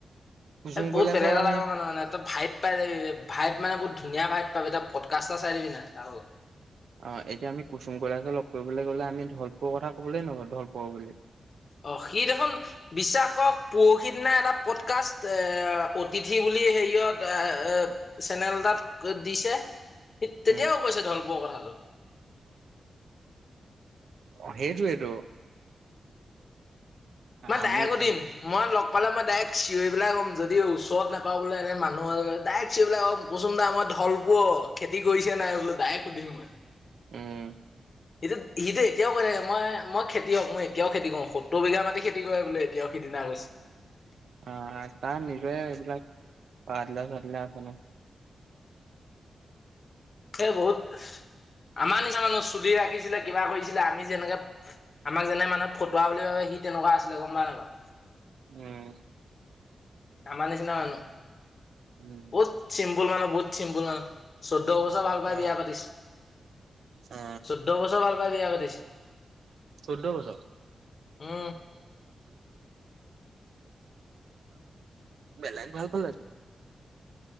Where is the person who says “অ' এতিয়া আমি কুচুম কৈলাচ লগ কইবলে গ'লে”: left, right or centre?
Right